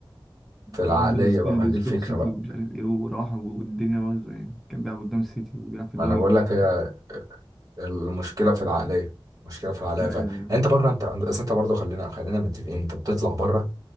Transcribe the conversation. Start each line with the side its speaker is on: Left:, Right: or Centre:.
Right: في العقليه
Centre: راح هدرسفيلد
Right: بقى ما
Centre: وستوك
Right: هي دي الفكره
Centre: سيتي
Right: بقى
Centre: ومش عارف إيه وراح والدنيا بايظة يعني كان بيلعب قدام السيتي وبيلعب في الدوري
Right: ما انا بقول
Centre: الإنجليزي
Right: لك هي المشكله في العقليه المشكله في العقليه فعلا
Centre: أيوه
Right: يعني
Centre: أيوه
Right: انت بره انت أصل انت برضه خلينا خلينا متفقين انت بتطلع بره